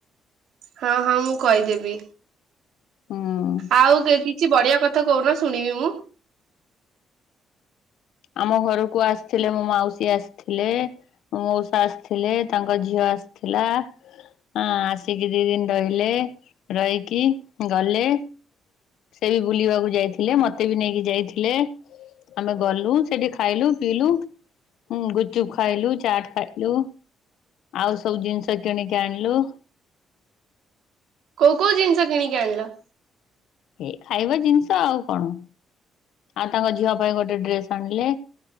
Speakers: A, on the right; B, on the left.
A: ହଁ ହଁ ମୁଁ କହିଦେବି
B: ହୁଁ।
A: ଆଉ କିଛି ବଢିଆ କଥା କହୁନ? ଶୁଣିବି ମୁଁ।
B: ଆମ ଘରକୁ ଆସିଥିଲେ ମୋ ମାଉସୀ ଆସିଥିଲେ। ମଉସା ଆସିଥିଲେ ତାଙ୍କ ଝିଅ ଆସିଥିଲା। ହଁ ଆସିକି ଦି ଦିନ ରହିଲେ ରହିକି ଗଲେ। ସେ ବି ବୁଲିବାକୁ ଯାଇଥିଲେ ମତେ ବି ନେଇକି ଯାଇଥିଲେ। ଆମେ ଗଲୁ ସେଠି ଖାଇଲୁ ପିଇଲୁ। ହୁଁ ଗୁପୁଚୁପ୍ ଖାଇଲୁ ଚାଟ ଖାଇଲୁ। ଆଉ ସବୁ ଜିନିଷ କିଣିକି ଆଣିଲୁ।
A: କୋଉ କୋଉ ଜିନିଷ କିଣିିକି ଆଣିଲ?
B: ଏ ଖାଇବା ଜିନିଷ ଆଉ କଣ ଆଉ ତାଙ୍କ ଝିଅ ପାଇଁ ଗୋଟେ ଡ୍ରେସ ଆଣିଲେ।